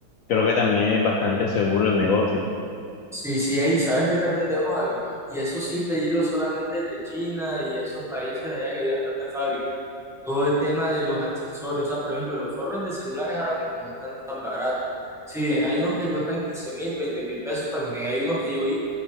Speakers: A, on the left; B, in the centre.
A: creo que también es bastante seguro el negocio.
B: Sí, sí, y sabes que también debemos averiguar. Y eso sí, pedirlo solamente desde China y esos países allá que hay bastante fábricas todo el tema de los accesorios. O sea, por ejemplo, los forros de celulares ahora mismo no están tan baratos. Si bien hay unos que cuestan quince mil, veinte mil pesos, también hay unos que yo vi